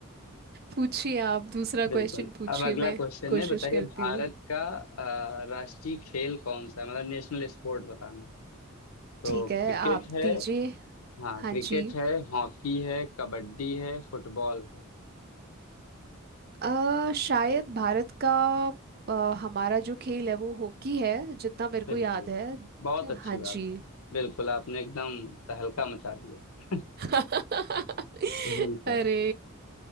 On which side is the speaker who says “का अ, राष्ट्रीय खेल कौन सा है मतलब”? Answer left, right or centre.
Left